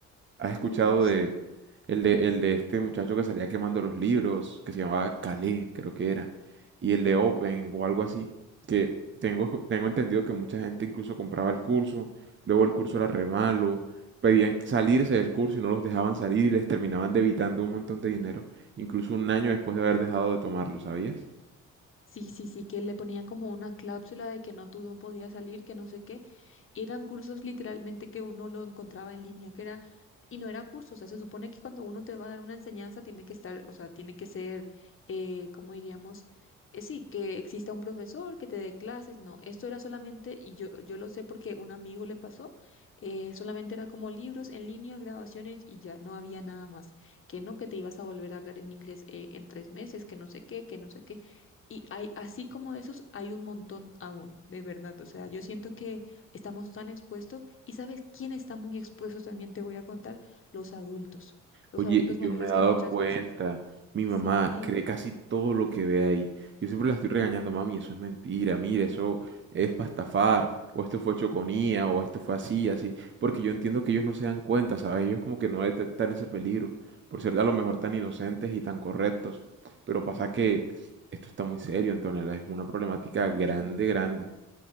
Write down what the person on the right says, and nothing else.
¿Has escuchado
de el de el de este muchacho que salía quemando los libros, que se llamaba Calais, creo que era, y el de Open o algo así, que tengo escu- tengo entendido que mucha gente incluso compraba el curso, luego el curso era re malo, pedían salirse del curso y no los dejaban salir y les terminaban debitando un montón de dinero, incluso un año después de haber dejado de tomarlo, ¿sabías?
Oye,
yo me he dado
cuenta,
mi mamá
cree casi todo lo que ve ahí. Yo siempre la estoy regañando, mami, eso es mentira, mira, eso es para estafar, o esto fue choconía, o esto fue así, así, porque yo entiendo que ellos no se dan cuenta, ¿sabes? Ellos como que no detectan ese peligro, por ser a lo mejor tan inocentes y tan correctos, pero pasa que esto está muy serio, Antonella, es una problemática
grande, grande.